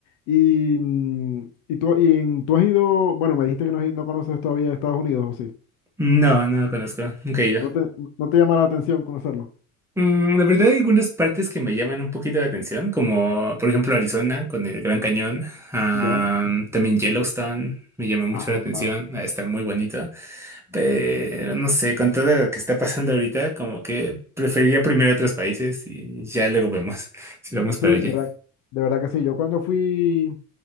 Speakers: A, on the left; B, in the centre.
A: Y, mm, y, tú, y en- tú has ido, bueno, me dijiste que no, has ido- no conoces todavía Estados Unidos, ¿o sí?
B: No, no lo conozco. Nunca he ido.
A: ¿No te, no te llama la atención conocerlo?
B: Mm, la verdad hay algunas partes que me llaman un poquito la atención, como por ejemplo Arizona con el Gran Cañón, ah,
A: Ya.
B: también Yellowstone me llama mucho
A: Ah,
B: la atención,
A: claro.
B: va a estar muy bonito, pero no sé, con todo lo que está pasando ahorita, como que preferiría primero otros países y ya luego vemos <laughs> si vamos para
A: Sí, de
B: allá.
A: verdad, de verdad que sí. Yo cuando fui,